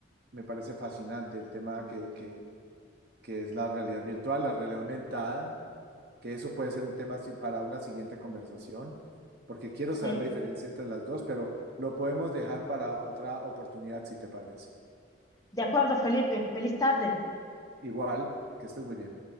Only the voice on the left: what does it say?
Sí.
De acuerdo, Felipe. Feliz tarde.